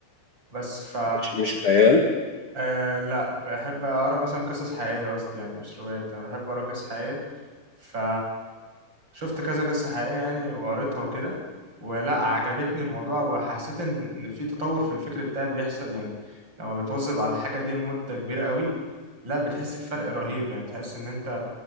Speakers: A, on the right; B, on the left.
A: بس ف
B: مش مش خيال
A: آه لا بحب اقرا مثلا قصص حقيقيه قصدي يعني مش روايات انا بحب اقرا قصص حقيقيه ف شفت كذا قصه حقيقيه يعني وقريتها وكده ولا عجبتني الموضوع وحسيت ان إن في تطور في الفكر بتاعي بيحصل يعني لما بتواظب على الحاجه دي لمده كبيره قوي لا بتحس بفرق رهيب يعني بتحس ان انت